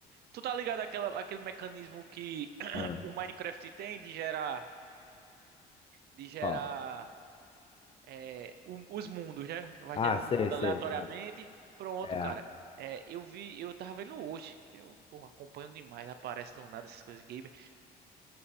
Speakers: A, on the right; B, on the left.
A: Tu tá ligado àquela, àquele mecanismo que <clears throat>
B: Ah,
A: o Minecraft tem de gerar, de gerar
B: ó.
A: é, o- os mundos, né? Vai
B: Ah,
A: gerando
B: sei,
A: um mundo
B: sei,
A: aleatoriamente.
B: sei.
A: Pronto,
B: É.
A: cara. É, eu vi, eu tava vendo hoje, que eu, pô, acompanho demais, aparece do nada essas coisas de game.